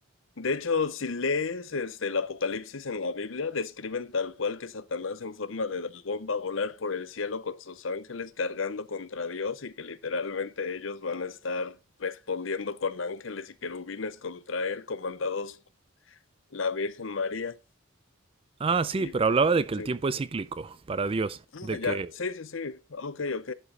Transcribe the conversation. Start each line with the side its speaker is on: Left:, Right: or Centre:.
Left: De hecho, si lees este, el Apocalipsis en la Biblia, describen tal cual que Satanás en forma de dragón va a volar por el cielo con sus ángeles cargando contra Dios y que literalmente ellos van a estar respondiendo con ángeles y querubines contra él, comandados por la Virgen María.
Right: Ah, sí,
Left: Y
Right: pero
Left: pues,
Right: hablaba de que
Left: sí.
Right: el tiempo es cíclico para Dios,
Left: Ah,
Right: de que
Left: ya. Sí, sí, sí. Ok, ok.